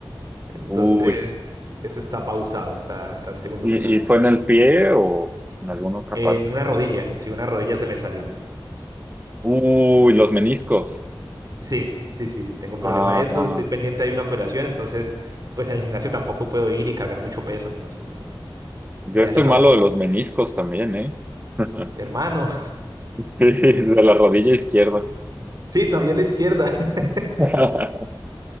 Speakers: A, on the right (about 45°); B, on the right (about 20°).
A: Entonces,
B: uy.
A: eso está pausado, está, está en segundo
B: ¿Y,
A: plano.
B: y fue en el pie o en alguna otra
A: En
B: parte?
A: una rodilla, sí, una rodilla se me salió.
B: Uy, los meniscos.
A: Sí, sí, sí, tengo problema
B: Ah,
A: de eso,
B: ah.
A: estoy pendiente de una operación, entonces, pues en el gimnasio tampoco puedo ir y cargar mucho peso, entonces no,
B: Yo
A: me
B: estoy
A: he alejado
B: malo
A: un poco.
B: de los meniscos también, ¿eh? <laughs>
A: Hermano,
B: De la rodilla izquierda.
A: <laughs> sí, también la izquierda. <laughs>
B: <laughs>